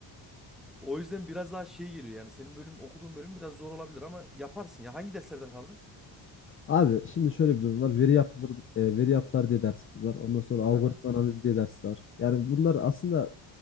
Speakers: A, in the centre; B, on the left.
A: O yüzden biraz daha şey geliyor yani senin bölüm okuduğun bölüm biraz zor olabilir ama yaparsın ya. Hangi derslerden kaldın?
B: Abi şimdi şöyle bir durum var. Veri yapıları, e, veri yapılar diye dersimiz var. Ondan sonra algoritma
A: Hı hı.
B: analizi diye ders var. Yani bunlar aslında